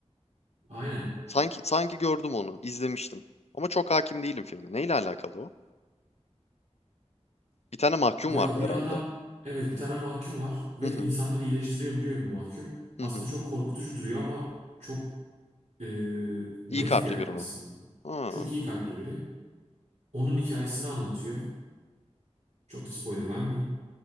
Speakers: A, on the right (about 80°); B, on the left (about 70°).
A: Aynen.
B: Sanki sanki gördüm onu, izlemiştim. Ama çok hakim değilim filme. Neyle alakalı o? Bir tane mahkum
A: Ya
B: vardı
A: bir
B: herhalde.
A: adam evet bir tane mahkum var ve
B: Hı hı.
A: insanları iyileştirebiliyor bir mahkum.
B: Hı
A: Aslında
B: hı.
A: çok korkutucu duruyor ama çok e, naif
B: İyi kalpli
A: bir adam
B: biri
A: aslında.
B: mi? Ha,
A: Çok iyi kalpli biri. Onun hikayesini anlatıyor. Çok da spoiler vermeyeyim.